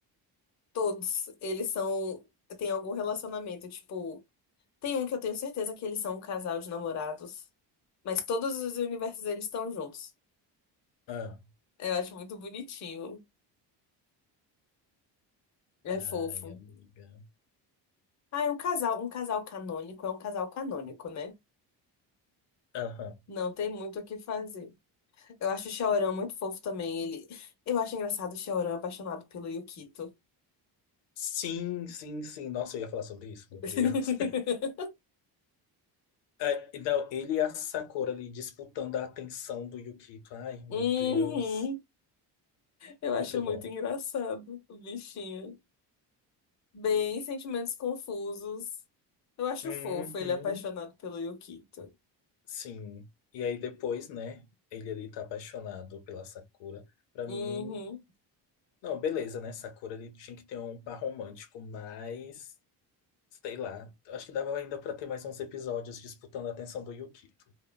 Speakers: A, on the left; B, on the left.
A: Todos. Eles são. Tem algum relacionamento, tipo. Tem um que eu tenho certeza que eles são um casal de namorados, mas todos os universos eles estão juntos.
B: Ah,
A: Eu acho muito bonitinho. É fofo.
B: ai, amiga.
A: Ah, é um casal, um casal canônico, é um casal canônico, né?
B: Aham.
A: Não tem muito o que fazer. Eu acho o Xiaoran muito fofo também. Ele, eu acho engraçado o Xiaoran apaixonado pelo Yukito.
B: Sim, sim, sim. Nossa, eu ia falar sobre isso,
A: <laughs>
B: meu Deus. É, e não, ele e a Sakura ali disputando a atenção do Yukito. Ai, meu
A: Uhum.
B: Deus.
A: Eu
B: Muito
A: acho
B: bom.
A: muito engraçado o bichinho. Bem, sentimentos confusos. Eu acho
B: Uhum,
A: fofo ele apaixonado pelo Yukito.
B: sim. E aí depois, né? Ele ali tá apaixonado pela Sakura. Pra
A: Uhum.
B: mim, não, beleza, né? Sakura ele tinha que ter um par romântico, mas sei lá. Acho que dava ainda pra ter mais uns episódios disputando a atenção do Yukito.